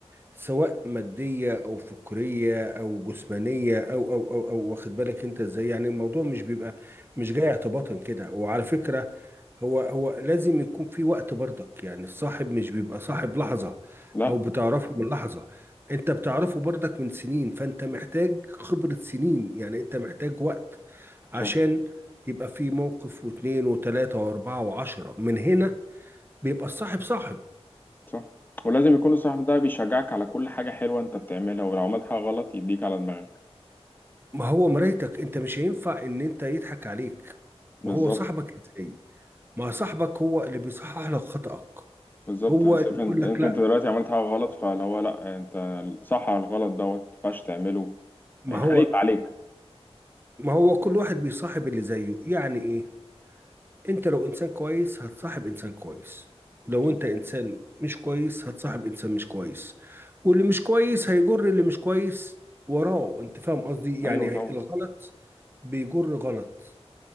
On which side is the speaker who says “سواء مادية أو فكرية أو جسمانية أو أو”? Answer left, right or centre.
Right